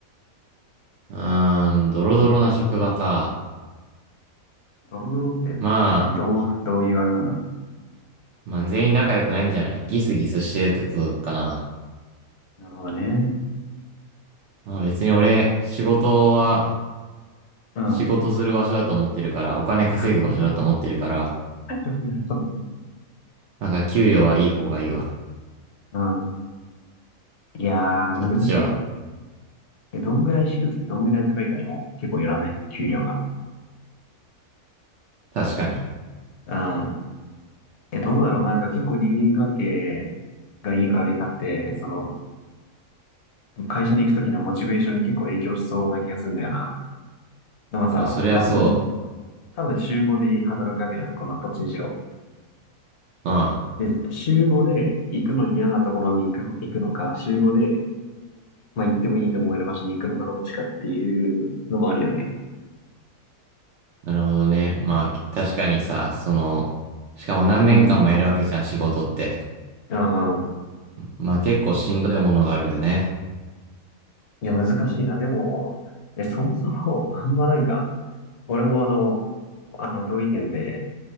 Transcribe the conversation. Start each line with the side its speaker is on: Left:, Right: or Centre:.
Right: うーん、ドロドロな職場か。
Left: ドロドロって、
Right: まあ、
Left: どう、どういうあれなんだろ
Right: まあ全員仲良くないんじゃないギスギスしてるってことかな。
Left: う。なるほどね。
Right: まあ別に俺、仕事は、
Left: うん。
Right: 仕事する場所だと思ってるから、お金稼ぐ場所だと思ってるから、
Left: <laughs> なるほどね。
Right: なんか給料はいい方がいいわ。
Left: うん。いやー、
Right: そっちは。
Left: 難しい。え、どんぐらい低くてどんぐらい高いかにも結構よらない給料が。
Right: 確かに。
Left: うん。え、どうだろうなんか結構人間関係がいいか悪いかって、その、会社に行くときのモチベーションに結構影響しそうな気がするんだよな。でもさ、
Right: まあそりゃそ
Left: 多分、多分週5で働くわけじゃん、このどっちにしろ。
Right: う。うん。
Left: で、週5で行くの嫌なところに行く、行くのか、週5で、まあ、行ってもいいと思える場所に行くのか、どっちかっていうのもあるよね。
Right: なるほどね。まあ、確かにさ、その、しかも何年間もやるわけじゃん、
Left: うん。
Right: 仕事って。
Left: うんうん。
Right: まあ結構しんどいものがあるよね。
Left: いや、難しいな。でも、え、そもそも、あんまなんか、俺もあの、あの、同意見で、